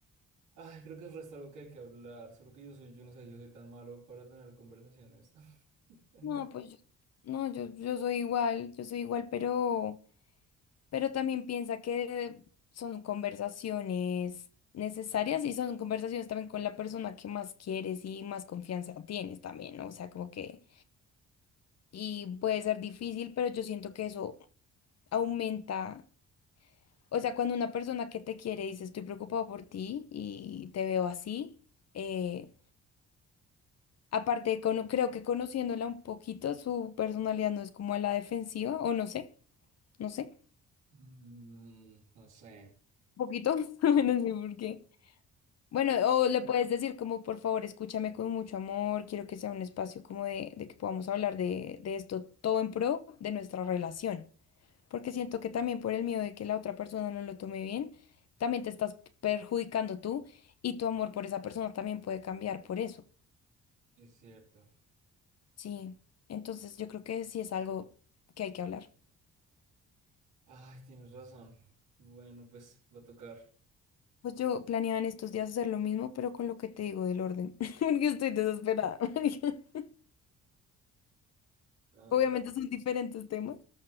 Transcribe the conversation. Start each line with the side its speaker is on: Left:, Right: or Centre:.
Right: ay, creo que el resto algo que hay que hablar. Solo que yo soy, yo no sé, yo soy tan malo para tener conversaciones. <laughs> En
Left: No,
Right: esto.
Left: pues yo, no, yo, yo soy igual, yo soy igual, pero, pero también piensa que son conversaciones necesarias y son conversaciones también con la persona que más quieres y más confianza tienes también, ¿no? O sea, como que, y puede ser difícil, pero yo siento que eso aumenta, o sea, cuando una persona que te quiere dice estoy preocupado por ti y te veo así, eh, aparte, cono- creo que conociéndola un poquito, su personalidad no es como a la defensiva, o no sé. no sé,
Right: Mm, no sé,
Left: un poquito, <laughs> no sé por qué. Bueno, o le puedes decir como, por favor, escúchame con mucho amor, quiero que sea un espacio como de, de que podamos hablar de, de esto, todo en pro de nuestra relación. Porque siento que también por el miedo de que la otra persona no lo tome bien, también te estás perjudicando tú y tu amor por esa persona también puede cambiar por eso.
Right: es cierto.
Left: Sí, entonces yo creo que sí es algo que hay que hablar.
Right: Ay, tienes razón. Bueno, pues va a tocar.
Left: Pues yo planeaba en estos días hacer lo mismo, pero con lo que te digo del orden, <laughs> porque estoy desesperada. <laughs>
Right: Ah,
Left: Obviamente son diferentes temas,